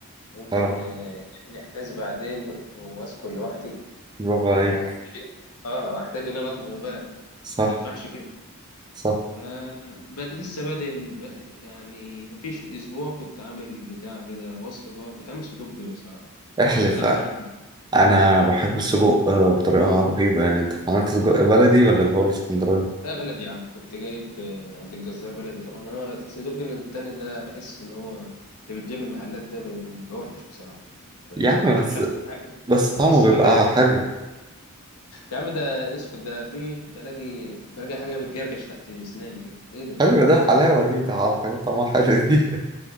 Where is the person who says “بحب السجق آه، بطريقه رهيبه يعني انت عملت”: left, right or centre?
Right